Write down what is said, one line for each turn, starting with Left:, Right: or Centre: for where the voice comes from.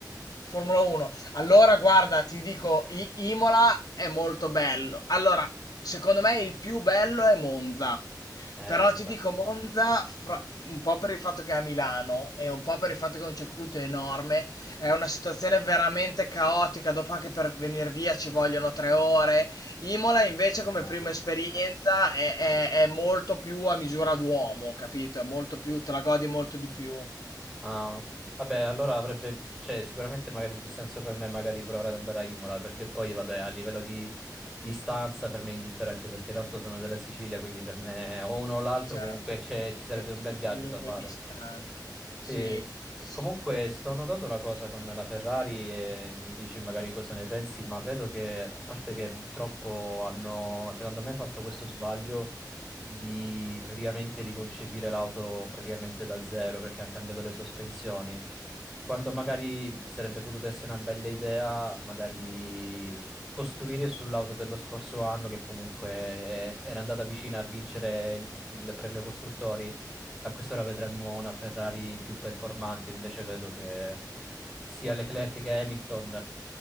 Left: Formula 1.
Centre: Sì.
Left: Allora, guarda, ti dico, I- Imola è molto bello. Allora, secondo me il più bello è Monza.
Centre: è
Left: Però
Centre: Imbattibile.
Left: ti dico Monza, fra- un po' per il fatto che è a Milano e un po' per il fatto che è un circuito enorme, è una situazione veramente caotica. Dopo anche per venire via ci vogliono tre ore. Imola invece
Centre: eh,
Left: come
Centre: immagino.
Left: prima esperienza è, è- è molto più a misura d'uomo, capito? È molto più, te la godi molto di più.
Centre: Ah, vabbè, allora avrebbe, cioè, sicuramente magari più senso per me magari provare ad andare a Imola, perché poi, vabbè, a livello di distanza per me è indifferente, perché tanto sono della Sicilia, quindi per me o uno o l'altro
Left: Certo,
Centre: comunque c'è- ci sarebbe
Left: è è
Centre: un bel viaggio
Left: comunque
Centre: da fare.
Left: distante. Sì,
Centre: Sì.
Left: sì.
Centre: Comunque sto notando una cosa con la Ferrari e mi dici magari cosa ne pensi, ma vedo che, a parte che purtroppo hanno, secondo me, fatto questo sbaglio di praticamente riconcepire l'auto praticamente da zero perché hanno cambiato le sospensioni. Quando magari sarebbe potuta essere una bella idea, magari costruire sull'auto dello scorso anno che comunque eh, era andata vicina a vincere il il premio costruttori a quest'ora vedremmo una Ferrari più performante, invece vedo che sia Leclerc che Hamilton,